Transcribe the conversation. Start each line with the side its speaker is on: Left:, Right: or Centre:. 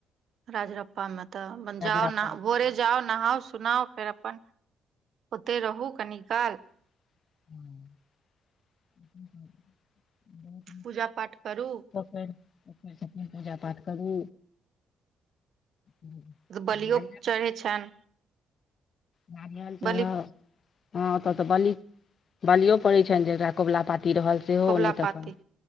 Right: राजरप्पामे तऽ अपन
Left: राजरप्पा
Right: जाउ नहा
Left: छथिन
Right: भोरे जाउ नहाउ सुनाउ फेर अपन ओतय रहू कनिकाल
Left: ह ब <unintelligible>
Right: पूजा पाठ करू
Left: फेर अपने अपने सब पूजा पाठ करू नारियल
Right: बलियो चढ़ै छैन
Left: नारियल चढाउ
Right: बलि
Left: हँ ओतऽ तऽ बलि बलियो पड़ैत छनि जेकरा कोबला पाती रहल सेहो
Right: कबुला
Left: नहि तऽ
Right: पाती
Left: अपन